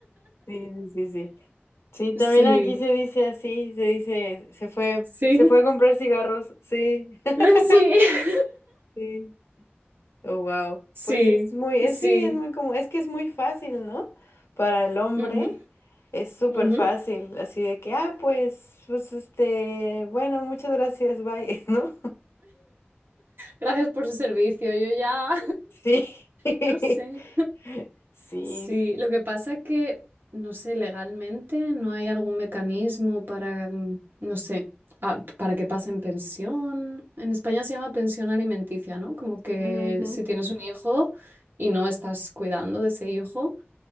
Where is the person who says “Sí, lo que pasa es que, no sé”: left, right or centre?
Right